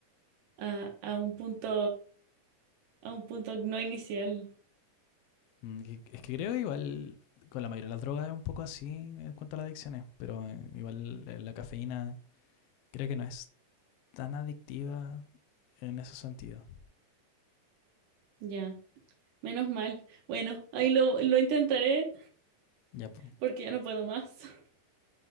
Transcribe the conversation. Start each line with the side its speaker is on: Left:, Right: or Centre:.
Right: a, a un punto, a un punto no inicial?
Left: Mm, Es que creo igual con la mayoría de las drogas es un poco así en cuanto a las adicciones, pero eh, igual eh, la cafeína creo que no es tan adictiva en ese sentido.
Right: Ya. Menos mal. Bueno, ahí lo, lo intentaré
Left: Ya, pues,
Right: porque ya no puedo más. <laughs>